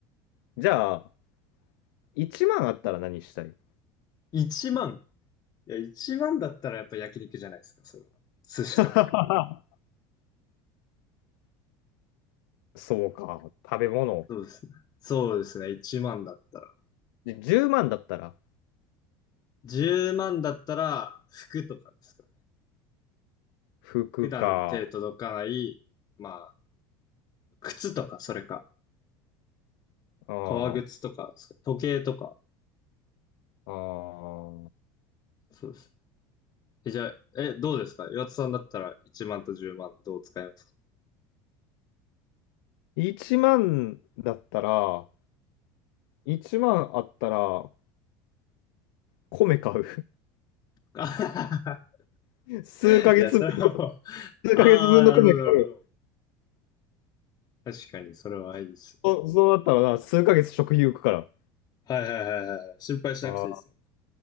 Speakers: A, on the left; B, on the left.
A: じゃあ、1万あったら何したい
B: 1万。いや、1万だったらやっぱ焼肉じゃないですか、それは。寿司とか。
A: <laughs> そうか、食べ物。
B: そうですね。そうですね。1万だったら。
A: で10万だったら
B: 10万だったら、服とかですかね。
A: 服か。
B: 普段手届かない、まあ、靴とか、それか。
A: ああ、
B: 革靴とかですか。時計とか。
A: ああ。
B: そうです。え、じゃあ、え、どうですか岩田さんだったら1万と10万どう使います
A: 1万だったら、1万あったら米買う。
B: かあははは
A: <laughs> 数ヶ月分、
B: <laughs> いや、それはもう、
A: 数ヶ月分の米買う。
B: ああ、なるほど、なるほど。確かに、それはいいです。
A: そそうだったらな、数ヶ月食費浮くから。
B: はいはいはいはいはい。心配しなくていいですもんね。
A: ああ、